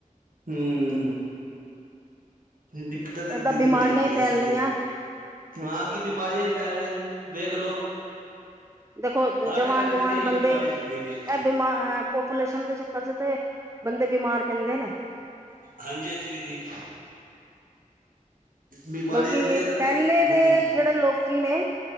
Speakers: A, on the right (about 85°); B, on the right (about 20°).
A: ਹੂੰ ਦਿੱਕਤਾਂ ਤੇ
B: ਏਦਾਂ
A: ਦੀਦੀ
B: ਬਿਮਾਰੀਆਂ
A: ਬੜੀ ਹੈਗੀ
B: ਹੀ ਫੈਲਣੀਆਂ
A: ਸੀ ਦੀਆਂ ਹਾਂ ਕਿ ਬਿਮਾਰੀਆਂ ਹੀ ਫੈਲਣੀਆਂ ਦੇਖ ਲੋ।
B: ਦੇਖੋ
A: ਹਰ
B: ਜਵਾਨ
A: ਜਗ੍ਹਾ ਤੇ
B: ਜਵਾਨ
A: ਦੀਦੀ ਇਹੀ
B: ਬੰਦੇ।
A: ਬਿਮਾਰੀਆਂ ਚੱਲਦੀ ਪਈਆਂ
B: ਬਿਮਾਰ ਪਾਪੂਲੇਸ਼ਨ ਦੇ ਚੱਕਰ ਚ ਤੇ ਬੰਦੇ ਬਿਮਾਰ ਪੈਂਦੇ ਨੇ।
A: ਹਾਂਜੀ ਹਾਂਜੀ ਦੀਦੀ। ਬਿਮਾਰੀਆਂ
B: ਬਲਕਿ
A: ਦੀਦੀ ਅੱਗੇ
B: ਪਹਿਲੇ
A: ਹਾਂਜੀ
B: ਦੇ
A: ਹਾਂਜੀ
B: ਜਿਹੜੇ ਲੋਕੀ ਨੇ,